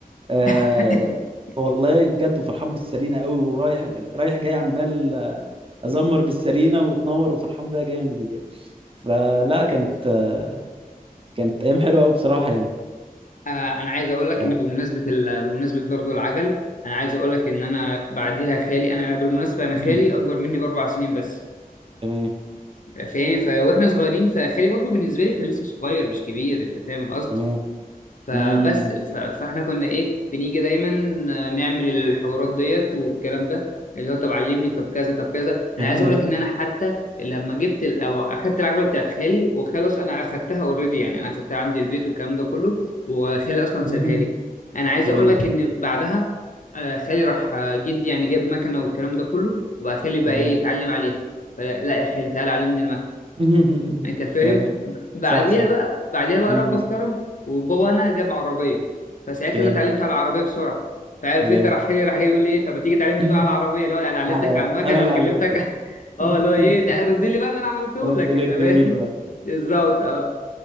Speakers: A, on the right; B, on the left.
A: آه
B: <laughs>
A: والله بجد وفرحان بالسرينه قوي ورايح رايح جاي عمال ازمر بالسرينه وتنور وفرحان بيها جامد يعني فلا كانت آه، كانت ايام حلوه قوي بصراحه يعني
B: آه انا عايز اقول لك
A: ف...
B: ان بمناسبه
A: <laughs>
B: ال... بمناسبه برضه العجل انا عايز اقول لك ان انا بعديها خالي انا بالمناسبه انا خالي
A: مهم.
B: اكبر مني باربع سنين بس
A: تمام
B: فاهم ف... واحنا صغيرين فخالي برضو بالنسبه لي كان لسه صغير مش كبير انت فاهم القصد
A: تمام
B: فبس
A: مم.
B: ف... فاحنا كنا ايه بنيجي دايما نعمل الحوارات ديت والكلام ده اللي هو طب علمني طب كذا طب كذا
A: تمام
B: انا عايز اقول لك
A: <laughs>
B: ان انا حتى لما جبت ال... او اخدت العجله بتاعت خالي وخلاص انا اخدتها اوريدي يعني انا اخدتها عندي البيت والكلام ده كله وخالي اصلا سابها
A: مهم.
B: لي انا عايز
A: تمام
B: اقول لك ان بعدها آه، خالي راح آه، جدي يعني جاب مكنه والكلام ده كله وبقى خالي بقى
A: تمام
B: ايه يتعلم عليها فلا لا يا خالي تعالى علمني المكنه
A: <laughs>
B: انت فاهم
A: تمام
B: بعديها
A: صح صح
B: بقى بعديها بقى
A: مم.
B: ربك كرم وبابا انا جاب عربيه فساعتها
A: جامد
B: انا اتعلمت على العربيه بسرعه فعارف
A: جامد
B: انت راح جاي راح جاي بيقول لي ايه طب ما تيجي تعلمني
A: <laughs>
B: بقى على العربيه اللي هو انا علمتك
A: آه،
B: على المكنه
A: انا اللي
B: وكلمتك
A: علمتك
B: <laughs> اه
A: <laughs>
B: اللي هو ايه تع- رد لي بقى اللي انا عملته
A: رد
B: لك
A: لي
B: انت
A: الجميل
B: فاهم
A: بقى
B: <laughs> بالظبط اه